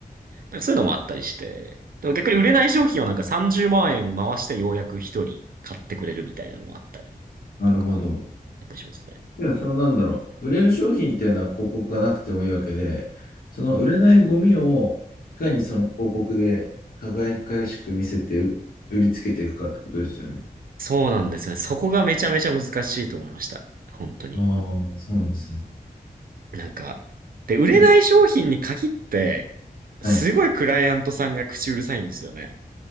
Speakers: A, on the right; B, on the left.
A: なんかそういうのもあったりして、でも逆に売れない商品をなんか30万円回してようやく一人買ってくれるみたいなのもあったりとか、
B: なるほど。
A: やったりしますね。
B: いや、そのなんだろう。売れる商品っていうのは広告がなくてもいいわけで、その売れないゴミをいかにその広告で輝かしく見せてう売りつけていくかってことですよね。
A: そうなんですよね。そこがめちゃめちゃ難しいと思いました。本当に。
B: ああ、そうなんですね。
A: なんか、で、売れない商品に限って、
B: はい。
A: すごいクライアントさんが口うるさいんですよね。
B: はい。<laughs>